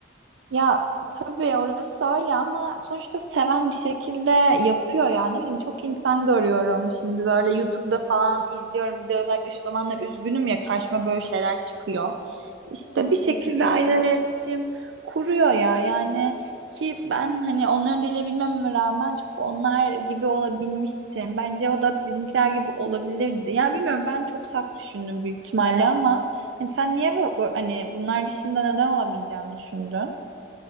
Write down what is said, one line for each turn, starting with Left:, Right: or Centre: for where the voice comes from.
Right: Ya tabii orası öyle ama sonuçta seven bir şekilde yapıyor ya. Ne bileyim çok insan görüyorum. Şimdi böyle YouTube'da falan izliyorum. Bir de özellikle şu zamanlar üzgünüm ya karşıma böyle şeyler çıkıyor. İşte
Left: Evet,
Right: bir şekilde
Left: en kötüsü.
Right: aileler iletişim kuruyor ya. Yani ki ben hani onların diliyle bilmeme rağmen çok onlar gibi olabilmiştim. Bence o da bizimkiler gibi olabilirdi. Yani bilmiyorum ben çok saf düşündüm büyük ihtimalle ama hani sen niye bu, bu- hani bunlar dışında neden olamayacağını düşündün?